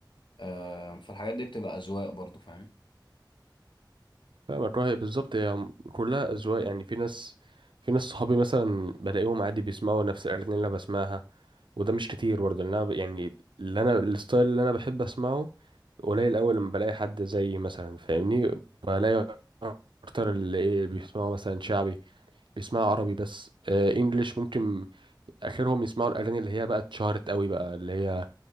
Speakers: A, on the left (about 75°); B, on the right (about 85°).
A: آه فالحاجات دي بتبقى أذواق برضو فاهم
B: فاهمك رأي بالظبط هي م- كلها أذواق يعني في ناس في ناس صحابي مثلا بلاقيهم عادي بيسمعوا نفس الأغاني اللي أنا بسمعها وده مش كتير برضه لأن أنا ب- يعني اللي أنا الستايل اللي أنا بحب أسمعه قليل أوي لما بلاقي حد زيي مثلا فاهمني بلاقي أكتر اللي إيه بيسمعوا مثلا شعبي بيسمعوا عربي بس آه إنجليش ممكن آخرهم يسمعوا الأغاني اللي هي بقى اتشهرت أوي بقى اللي هي